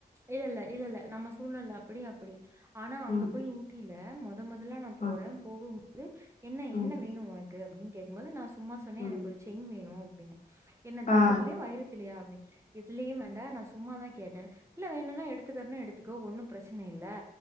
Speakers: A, on the right; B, on the left.
A: இல்லெல்ல இல்லெல்ல நம்ம சூழ்நெல அப்டி அப்டி ஆனா அங்க
B: ம்.
A: போய் ஊட்டில மொத மொதல்ல நா போ போறே
B: ம்.
A: போக போம்போது என்ன என்ன
B: ம்.
A: வேணு ஒனக்கு அப்டின்னு கேக்கும்போது நா சும்மா சொன்னே
B: ம்
A: எனக்கு ஒரு ஜெயின் வேணு அப்டின்னே என்ன தங்கத்
B: ஆ
A: எடுத்துலையா அப்டின் எதுலியு வேண்டா நா சும்மா தா கேட்டே இல்ல வேணான்னா எடுத்துக்கறதுன்னா எடுத்துக்கோ ஒன்னும் பிரச்சன னைல்ல